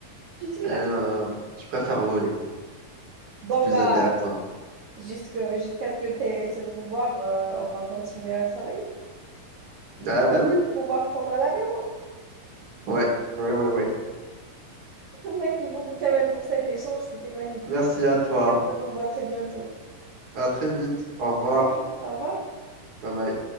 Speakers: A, on the right; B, on the right.
A: je suis
B: Euh,
A: là.
B: je préfère voler.
A: Bon,
B: C'est plus
A: bah,
B: intéressant.
A: jusque, jusqu'à ce que tu aies ce pouvoir, euh, on va continuer à travailler.
B: Ah, bah oui.
A: Pouvoir prendre l'avion.
B: Ouais. Ouais, ouais, ouais.
A: <laughs> Merci beaucoup, Kamel, pour cet échange. C'était magnifique.
B: Merci à toi.
A: Et on se revoit très bientôt.
B: À très vite. Au revoir.
A: Salut, au revoir.
B: Bye bye.